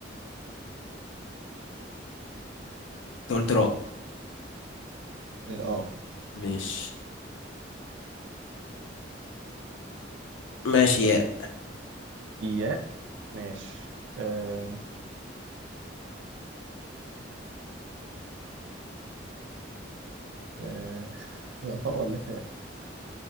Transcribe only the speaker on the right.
اه
ياء ماشي أم... أه، هي طاء ولا تاء؟